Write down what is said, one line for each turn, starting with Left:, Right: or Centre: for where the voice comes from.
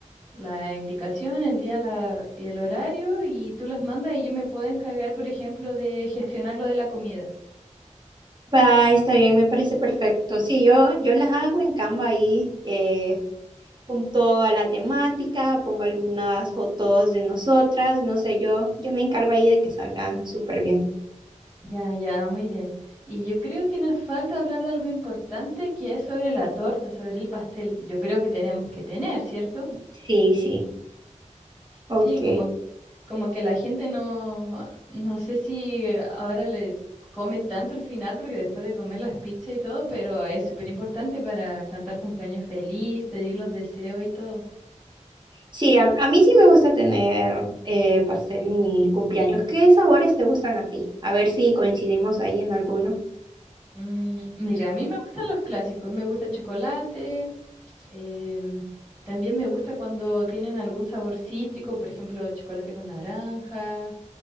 Centre: la indicación, el día la- y el horario, y tú las mandas y yo me puedo encargar, por ejemplo, de gestionar lo de la comida.
Right: Va, está bien, me parece perfecto. Sí, yo, yo las hago en Canva ahí, eh, junto a la temática, pongo algunas fotos de nosotras, no sé, yo, yo me encargo ahí de que salgan súper bien.
Centre: Ya, ya, muy bien. Y yo creo que nos falta hablar de algo importante que es sobre la torta, sobre el pastel. Yo creo que tenemos que tener, ¿cierto?
Right: Sí, sí,
Centre: Sí,
Right: ok.
Centre: como, como que la gente no, no sé si ahora le come tanto el final, porque después de comer las pizzas y todo, pero es súper importante para cantar cumpleaños feliz, pedir los deseos y todo.
Right: Sí, a, a mí sí me gusta tener eh, pastel en mi cumpleaños. ¿Qué sabores te gustan a ti? A ver si coincidimos ahí en alguno.
Centre: Mm, mira, a mí me gustan los clásicos, me gusta chocolate, em, también me gusta cuando tienen algún sabor cítrico, por ejemplo, chocolate con naranja,